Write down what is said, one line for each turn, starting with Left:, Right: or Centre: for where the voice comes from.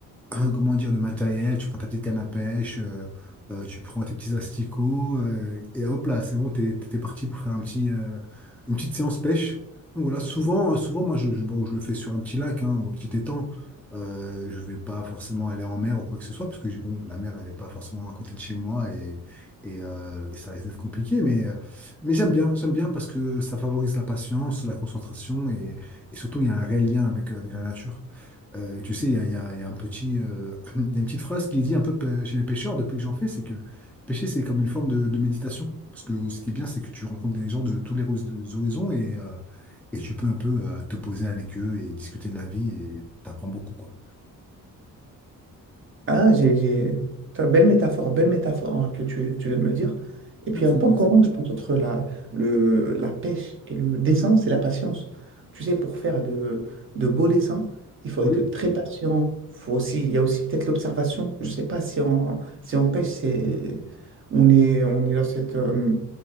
Centre: euh, <clears throat> comment dire, de matériel. Tu prends ta petite canne à pêche, euh, euh, tu prends tes petits asticots, euh, et hop là, c'est bon, t'es, t'es parti pour faire un petit, euh, une petite séance pêche. Donc voilà, souvent, euh, souvent moi, je, je- bon, je le fais sur un petit lac hein, ou un petit étang. Euh, je vais pas forcément aller en mer ou quoi que ce soit, parce que j'ai- bon, la mer, elle n'est pas forcément à côté de chez moi et, et, euh, et ça risque d'être compliqué, mais. euh, mais j'aime bien, j'aime bien parce que ça favorise la patience, la concentration et, et surtout il y a un réel lien avec, avec la nature. Euh, et tu sais, il y a, il y a- il y a un petit, euh, <clears throat> il y a une petite phrase qui est dit un peu pe- chez les pêcheurs depuis que j'en fais, c'est que pêcher c'est comme une forme de, de méditation. Parce que ce qui est bien, c'est que tu rencontres des gens de tous les horiz- des horizons et, euh, et tu peux un peu euh, te poser avec eux et discuter de la vie et t'apprends beaucoup quoi.
Right: Ah, j'ai, j'ai... Putain, Belle métaphore, belle métaphore hein, que tu, tu viens de me dire. Et puis
Centre: Absolument.
Right: un point commun, je pense, entre la, le, la pêche et le dessin, c'est la patience. Tu sais, pour faire de, de beaux dessins, il faut
Centre: Oui,
Right: être très patient. Faut aussi, il y a aussi peut-être l'observation. Je ne sais pas si on, si on pêche, c'est, on est, on est dans cette, euh,